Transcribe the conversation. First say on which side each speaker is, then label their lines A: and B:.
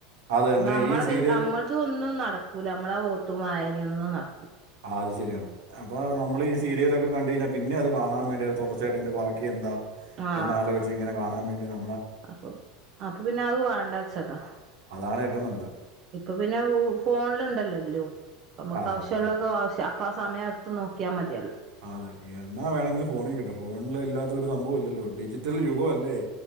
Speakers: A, on the right; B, on the right.
A: അത് തന്നെ
B: അപ്പൊ നമ്മളെ
A: ഈ സീരിയൽ
B: പരു നമ്മളത് ഒന്നും നടക്കൂല. നമ്മളെ ഓത്തും വായന ഒന്നും നട
A: ആ അത് ശരിയാണ് അപ്പൊ നമ്മളി ഈ സീരിലൊക്കെ കണ്ട് കഴിഞ്ഞ പിന്നെ അത് കാണാൻ വേണ്ടിയ തുട ചേട്ട ഇന്റെബാക്കി എന്താ?
B: ആ
A: എന്ന ആലോച്ചിങ്ങനെ കാണാൻ വേണ്ടി ന
B: അപ്പൊ അപ്പൊ പിന്നെ അഅ് വേണ്ടച്ചതാ
A: അതാണ് ഏറ്റവും നല്ലത്
B: ഇപ്പൊ പിന്നെ ഫോണില്ണ്ടല്ലോ എല്ലോം അമ്മക്ക്
A: ആ അതെ
B: ആവശ്യള്ളതൊ
A: ഈ
B: ആവശ്യ അപ്പ ആഹ് സമയ ത് നോക്കിയാ മതി
A: ആഹ് അതെ എന്നാ വേണെങ്കിലും ഫോണി കിട്ടും ഫോണില് ഇല്ലാത്ത ഒരു സംഭവ ഇല്ലല്ലോ ഡിജിറ്റൽ യുഗ അ ല്ലേ